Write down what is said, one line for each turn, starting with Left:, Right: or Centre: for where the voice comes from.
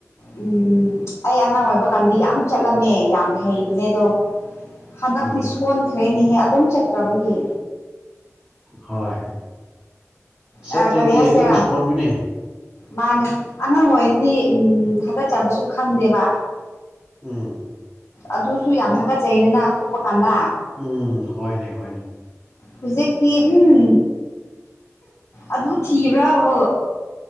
Left: ꯎꯝ ꯑꯩ ꯑꯉꯥꯡ ꯑꯣꯏꯕ ꯀꯥꯟꯗꯤ ꯌꯥꯝ ꯆꯠꯂꯝꯃꯦ ꯌꯥꯝ ꯍꯩꯕꯅꯦ ꯑꯗꯣ ꯍꯟꯗꯛꯇꯤ
Right: ꯎꯝ
Left: ꯁꯣꯟꯈ꯭ꯔꯦꯅꯦꯍꯦ ꯑꯗꯨꯝ ꯆꯠꯇ꯭ꯔꯕꯒꯤ
Right: ꯍꯣꯏ ꯆꯠꯇ꯭ꯔꯗꯤ
Left: ꯑꯥ ꯀꯔꯤ ꯍꯥꯏꯁꯤꯔꯥ
Right: ꯑꯗꯨꯝ ꯁꯣꯟꯕꯅꯦ
Left: ꯃꯥꯅꯦ ꯑꯉꯥꯡ ꯑꯣꯏꯔꯗꯤ ꯎꯝ ꯍꯥꯀꯠꯆꯕꯁꯨ ꯈꯪꯗꯦꯕ
Right: ꯎꯝ
Left: ꯑꯗꯨꯁꯨ ꯌꯥꯝ ꯍꯥꯒꯠꯆꯩꯗꯅ ꯈꯨꯞꯄ ꯀꯥꯟꯗ
Right: ꯎꯝ ꯍꯣꯏꯅꯦ ꯍꯣꯏꯅꯦ
Left: ꯍꯨꯖꯤꯛꯇꯤ ꯎꯝ ꯑꯗꯨ ꯊꯤꯕ꯭ꯔꯥꯕꯨ